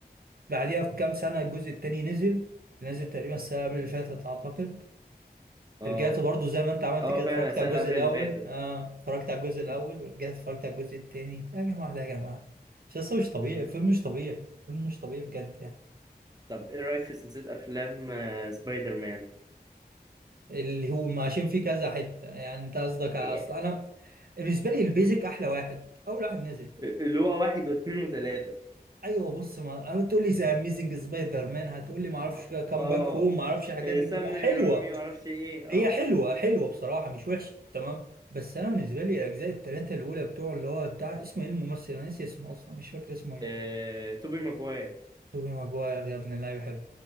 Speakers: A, on the right; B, on the right.
A: بعديها بكام سنة الجزء التاني نزل نزل تقريبا السنة اللي فاتت أعتقد
B: اه
A: رجعت برضو زي ما انت عملت
B: اه
A: كده
B: فعلا
A: اتفرجت
B: السنه
A: على
B: اللي
A: الجزء
B: قبل
A: الاول
B: اللي فاتت
A: اه اتفرجت على الجزء الاول ورجعت اتفرجت على الجزء التاني يا جماعه ده يا جماعه مسلسل مش طبيعي
B: مم.
A: فيلم مش طبيعي فيلم مش طبيعي بجد يعني
B: طب ايه رايك في سلسله افلام آه، سبايدر مان
A: اللي هو عشان فيه كذا حته يعني انت قصدك على- اصل
B: إيه-
A: انا بالنسبه لي البيزك احلى واحد اول واحد نزل
B: اللي هو واحد واثنين وثلاثه
A: ايوه بص ما هتقول لي زي اميزنج سبايدر مان هتقول لي ما اعرفش
B: اه
A: كام
B: آه.
A: باك هوم ما اعرفش الحاجات
B: آه،
A: دي
B: سمي
A: كلها حلوه
B: رامي معرفش ايه
A: هي
B: اه
A: حلوة حلوة بصراحة مش وحشة تمام بس أنا بالنسبة لي الأجزاء التلاتة الأولى بتوع اللي هو بتاع اسمه إيه الممثل أنا ناسي اسمه أصلا مش فاكر اسمه إيه
B: آه... توبي ماجواير
A: توبي ماجواير يا ابن اللعيبة حلو